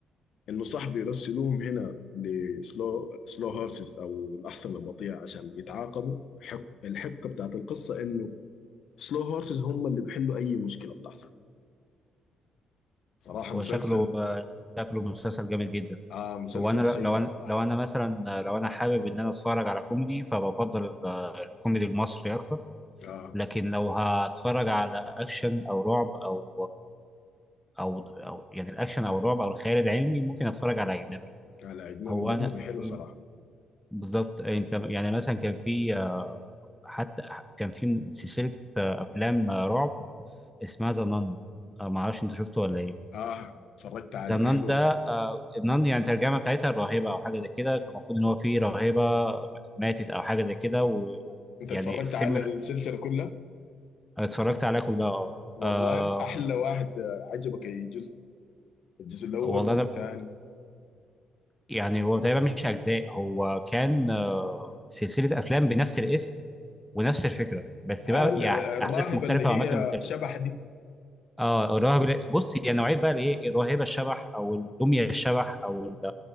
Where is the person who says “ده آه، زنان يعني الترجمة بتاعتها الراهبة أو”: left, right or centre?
Centre